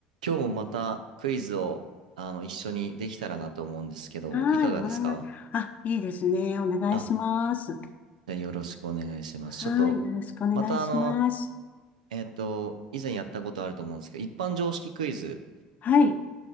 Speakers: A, on the right (about 75°); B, on the left (about 40°).
A: 今日もまたクイズをあの一緒にできたらなと思うんですけど、
B: はい、
A: いかがですか
B: お願い。あ、いいですね。お願いします。
A: あ、じゃあよろしくお願いします。
B: はい、
A: ちょっと、
B: よろしくお願いします。
A: またあの、えっと、以前やったことあると思うんですけど、一般常識クイズ
B: はい、